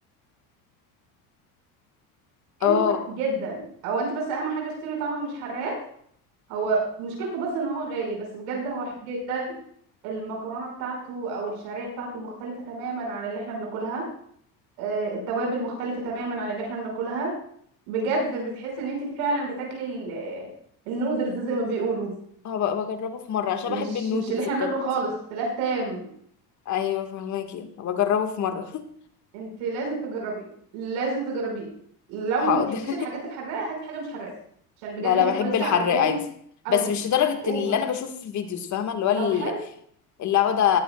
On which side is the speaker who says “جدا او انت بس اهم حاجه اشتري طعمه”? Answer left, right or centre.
Right